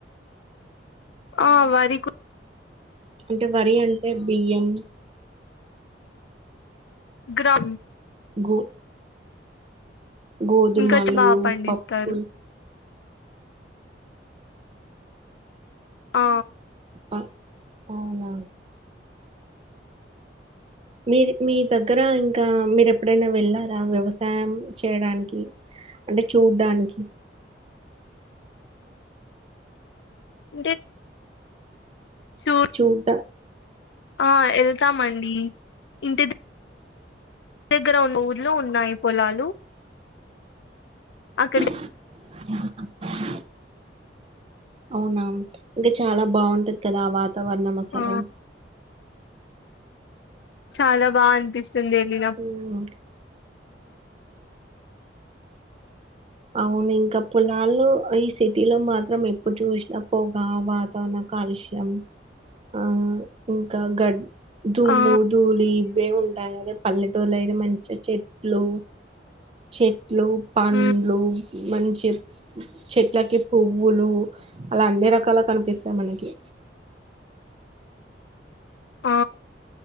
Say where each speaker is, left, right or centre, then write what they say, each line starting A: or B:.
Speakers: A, on the left; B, on the right.
A: ఆ వరి క్
B: అంటే వరి అంటే బియ్యం
A: గ్రామ్
B: గొ గోధుమలు
A: ఇంకొచ్చి బా పండిస్తారు
B: పప్పులు
A: ఆ
B: ఆ, అవునా మీది మీ దగ్గర ఇంకా మీరు ఎప్పుడనా వెళ్ళారా వ్యవసాయం చేయ్డానికి అంటే చూడ్డానికి
A: <inaudible> చూ
B: చూడ
A: ఆ ఎళ్తామండి ఇంటి ద ఇంటి దగ్గర ఉన్న ఊర్లో ఉన్నాయ్ పొలాలు అక్కడి
B: <unintelligible> అవునా ఇంకా చాలా బాగుంటది కదా ఆ వాతావరణం అసలు
A: ఆ చాలా బా అనిపిస్తుంది ఎళ్ళినమ్
B: హ్మ్ అవును ఇంకా పొలాలు ఈ సిటీ లో మాత్రం ఎప్పుడు చూసినప్పు కావ ఇంకా నా కాలుష్యం ఆ ఇంకా గడ్ దుమ్ము
A: ఆ
B: ధూళి ఇవే ఉంటాయి అదే పల్లెటూళ్ళు అయితే మంచి చెట్లు చెట్లు పండ్లు
A: ఉమ్
B: మంచెప్ చెట్లకి పువ్వులు అలా అన్ని రకాల కనిపిస్తాయి మనకి
A: ఆ